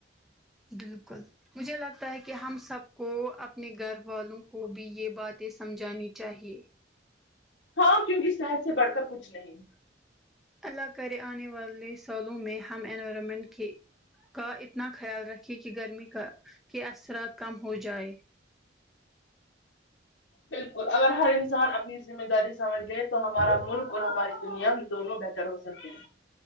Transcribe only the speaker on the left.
ہاں کیونکہ کی صحت سے بڑھ کر کچھ نہیں
بالکل اگر ہر انسان اپنی ذمہ داری سمجھ لیں تو ہمارا ملک اور ہماری دنیا دونوں بہتر ہو سکتے ہیں